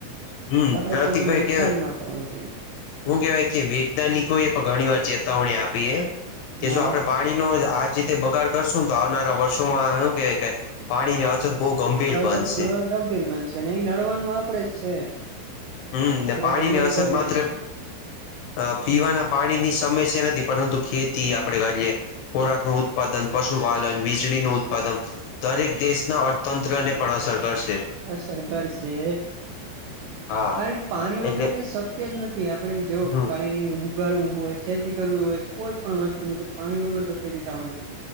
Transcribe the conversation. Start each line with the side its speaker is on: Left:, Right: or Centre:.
Left: હમ
Right: તો આપણે
Left: પ્રતિકભાઈ
Right: ખોટું નુકસાન
Left: કેવા
Right: ન કરવું જોઈએ.
Left: હું કેહેવાય કે વૈજ્ઞાનિકોએ પણ ઘણી વાર ચેતાવણી આપી છે. કે
Right: હા
Left: જો આપણે પા ણીનો આ જે રીતે બગાડ કરશુંને, તો આવનારા વર્ષોમાં શું કે પાણીની અછત બહુ ગંભીર
Right: અછત
Left: બનશે
Right: કી ગંભીર બનશે અને એ નડવાનું આપણે જ છે.
Left: હમ્મ.
Right: આપડે
Left: ને પાણીની
Right: ગમે
Left: અસત
Right: એ કરી
Left: માત્ર
Right: લેશું
Left: અહ પીવાના પાણીની સમસ્યા નથી, પરંતુ ખેતી આપણે કરીએ ખોરાકનું ઉત્પાદન, પશુપાલન, વીજળીનું ઉત્પાદમ દરેક દેશના અર્થતંત્રને પણ અસર કરશે.
Right: અસર કરશે.
Left: હા
Right: કારણ કે પાણી વગર
Left: એટલે
Right: કાંઈ શક્ય જ નથી. આપણે જોવો
Left: હમ
Right: કંઈ બુ ઉગાડવું હોય, ખેતી કરવી હોય, કોઈ પણ વસ્તુની તો પાણી વગર તો ખેતી થાવાની નથી.